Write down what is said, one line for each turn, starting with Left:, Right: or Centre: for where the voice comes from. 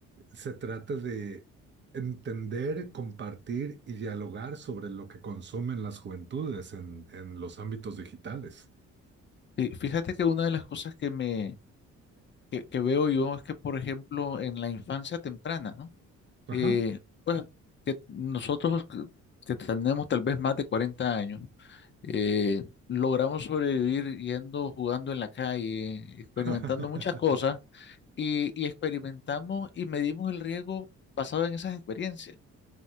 Right: se trata de entender, compartir y dialogar sobre lo que consumen las juventudes en, en los ámbitos digitales.
Left: Fí- Fíjate que una de las cosas que me que, que veo yo es que, por ejemplo, en la infancia temprana, ¿no?
Right: Ajá.
Left: Eh, pues que nosotros que que tenemos tal vez más de cuarenta años, Eh, logramos sobrevivir yendo, jugando en la calle, experimentando
Right: <laughs>
Left: muchas cosas y, y experimentamos y medimos el riesgo basado en esas experiencias,